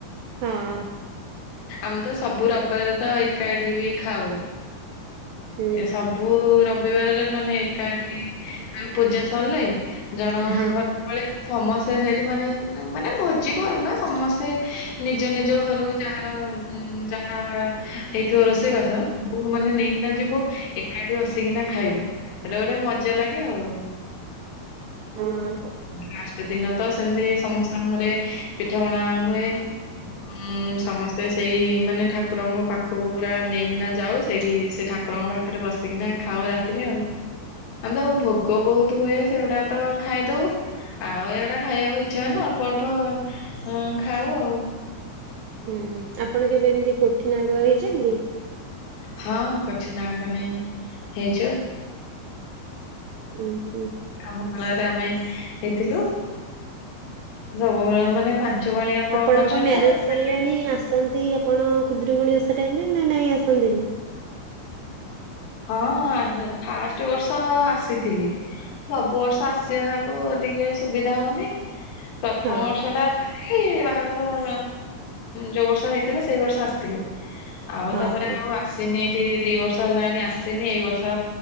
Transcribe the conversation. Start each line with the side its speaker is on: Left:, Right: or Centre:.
Right: ହଁ।
Left: ଆମେ ତ ସବୁ ରବିବାରେ ତ ଏକାଠି ବି ଖାଉ।
Right: ହୁଁ
Left: ଏ ସବୁ ରବିବାରେ ମାନେ ଏକାଠି ପୂଜା ସଲେ। ଜଣଙ୍କଘର
Right: ହଁ।
Left: କୁ ପଳେଇବୁ ସମସ୍ତେ ସେଇଠି ମାନେ ମାନେ ଭୋଜି କରୁନା ସମସ୍ତେ ନିଜ ନିଜ ଘରୁ ଯାହାର ଯାହା ହେଇଥିବ ରୋଷେଇ ବାସ ସବୁ ମାନେ ନେଇକିନା ଯିବୁ। ଏକାଠି ବସିକିନା ଖାଇବୁ ଏଟା ଗୋଟେ ମଜା ଲାଗେ ଆଉ।
Right: ହୁଁ।
Left: ଲାଷ୍ଟ ଦିନ ତ ସେମତି ସମସ୍ତଙ୍କ ଘରେ ପିଠାପଣା ହୁଏ। ଉଁ। ସମସ୍ତେ ସେଇ ମାନେ ଠାକୁରଙ୍କ ପାଖକୁ ପୁରା ନେଇକିନା ଯାଉ। ସେଇଠି ସେ ଠାକ କୁରଙ୍କ ପାଖରେ ବସିକି ଖାଉ ରାତିରେ ଆଉ। ଆନ୍ଦୋଉ ଭୋଗ ବହୁତ ହୁଏ ସେଗୁଡା ତ ଖାଇଦୋଉ। ଆଉ ଏଇଗୁଡା ଖାଇବାକୁ ଇଚ୍ଛା ହୁଏନି। ଅଳ୍ପ ଅଳ୍ପ ଖାଉ ଆଉ।
Right: ହୁଁ ଆପଣ କେବେ ଏମତି କୋଠିନାଗ ହେଇଚନ୍ତି?
Left: ହଁ କୋଠିନାଗ ନେଇଁ ହେଇଚ।
Right: ହୁଁ ହୁଁ।
Left: ଆମ କୋଳ ରେ ଆମେ ହେଇଥିଲୁ। ସବୁବେଳେ ମାନେ ପାଞ୍ଚ ପାଳିଆ
Right: ଆପଣଙ୍କ
Left: କରିଚନ୍ତି
Right: ମ୍ୟାରେଜ
Left: ନା ନାହିଁ?
Right: ସରିଲାଣି ଆସନ୍ତି ଆପଣ ଖୁଦୁରୁକୁଣି ଓଷା ଟାଇମରେ ନାଁ ନାଇଁ ଆସନ୍ତିନି?
Left: ହଁ ହଁ ଫାଷ୍ଟ ବର୍ଷ ଆସିଥିଲି ସବୁ ବର୍ଷ ଆସ ସେଆକୁ ଟିକେ ସୁବିଧା ହୋଉନି। ପ୍ରଥମ
Right: ହଁ
Left: ବର୍ଷ ଟା ଥିଲ ବାହାଘର ହଁ ଯୋଉ ବର୍ଷ ହେଇଥିଲା ସେଇ ବର୍ଷ ଆସତିଲି। ଆଉ
Right: ହଁ
Left: ତାପରେ
Right: ହଁ
Left: ଆଉ ଆସିନି ଏଇଠି ଦି ବର୍ଷ ହେଲାଣି ଆସି ଆସିନି ଏଇ ବର୍ଷ